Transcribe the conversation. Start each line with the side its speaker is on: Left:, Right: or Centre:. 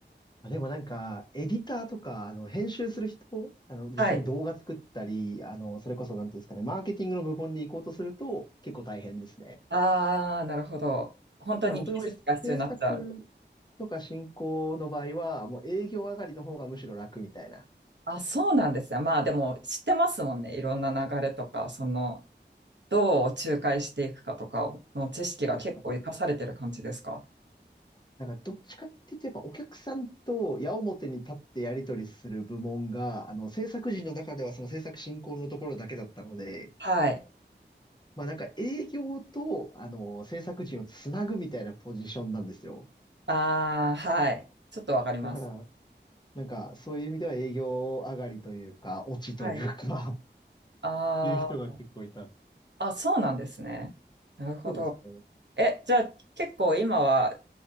Left: あ、でもなんか、エディターとか、あの、編集する人、あの、実際に動画作ったり、
Right: はい。
Left: あの、それこそ、なんていうんですかね、マーケティングの部門に行こうとすると、結構大変ですね。
Right: あー、なるほど。本当に技術が必要になっちゃう。
Left: ただ僕の場合、制作とか進行の場合は、もう営業上がりの方がむしろ楽みたいな。
Right: あ、そうなんですね。まあでも知ってますもんね。いろんな流れとか、その、どう仲介していくかとかの知識が結構活かされてる感じですか
Left: そうですねあと、なんかどっちかっていうと、やっぱお客さんと矢面に立ってやり取りする部門が、あの、制作陣の中ではその制作進行のところだけだったので、
Right: はい。
Left: まあなんか営業と、あの、制作陣をつなぐみたいなポジションなんですよ。
Right: ああはい。ちょっとわかります。
Left: だから、なんかそういう意味では営業上がりというか、落ちというか
Right: はい。
Left: <laughs> っ
Right: あー
Left: ていう人が結構いたんで
Right: あ、そうなんですね。なるほど。
Left: そうですね。
Right: え、じゃあ結構今は、